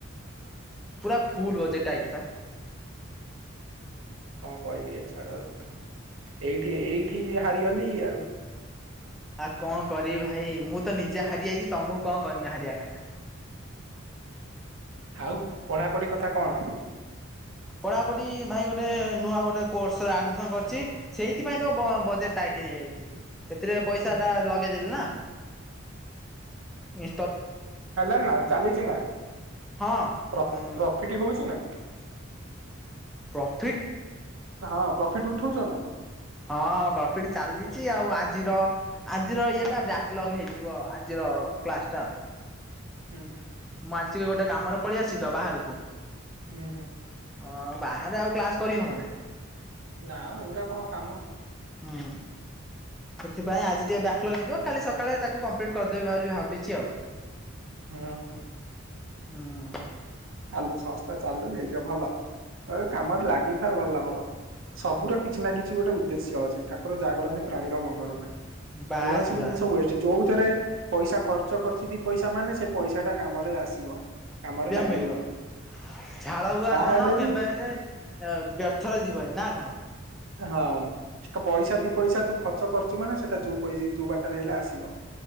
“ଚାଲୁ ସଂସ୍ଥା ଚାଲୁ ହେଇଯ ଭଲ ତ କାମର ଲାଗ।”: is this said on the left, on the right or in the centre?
Right